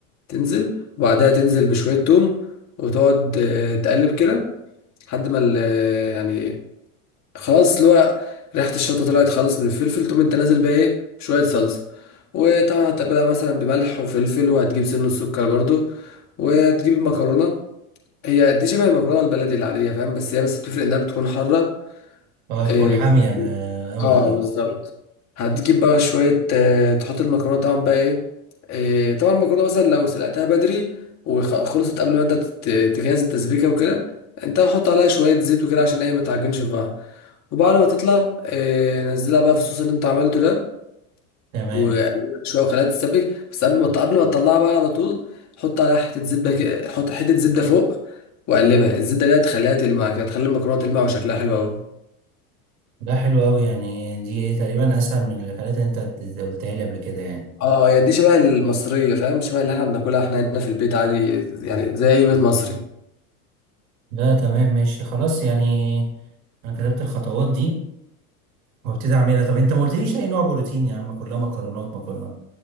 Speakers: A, on the left; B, on the right.
A: تنزل وبعدها تنزل بشويه توم وتقعد آه، تقلب كده لحد ما ال- آه، يعني خلاص اللي هو ريحه الشطه طلعت خالص من الفلفل تقوم انت نازل بقى ايه بشويه صلصه وطبعا هتتبلها مثلا بملح وفلفل وهتجيب سن السكر برضو وهتجيب المكرونه هي دي شبه المكرونه البلدي العاديه فاهم بس هي بس بتفرق انها بتكون حاره
B: أه تكون
A: إيه،
B: حامية م- أوي
A: اه
B: دي
A: بالظبط هتجيب بقى شوية آه، تحط المكرونة طبعا بقى ايه آه، طبعا المكرونة مثلا لو سلقتها بدري وخلصت قبل ما انت تت- تجهز التسبيكة وكده انت حط عليها شوية زيت وكده عشان ايه ما تعجنش في بعض وبعد ما تطلع آه، نزلها بقى في الصوص اللي انت عملته ده
B: تمام
A: وقلبها شوية وخليها تتسبك بس قبل ما قبل ما تطلعها بقى على طول حط عليها حتة زبدة كده- حط حتة زبدة فوق وقلبها الزبدة دي هتخليها تلمع كده هتخلي المكرونة تلمع وشكلها حلو أوي
B: ده حلو أوي يعني دي إيه تقريبا أسهل من الحاجات اللي خليتها أنت د- قلتها لي قبل كده يعني
A: اه هي دي شبه المصرية فاهم شبه اللي احنا بناكلها احنا هنا في البيت عادي يعني زي اي بيت مصري
B: لا تمام ماشي خلاص يعني أنا كتبت الخطوات دي وابتدي أعملها طب أنت ما قلتليش أي نوع بروتين يا عم كلها مكرونات مكرونات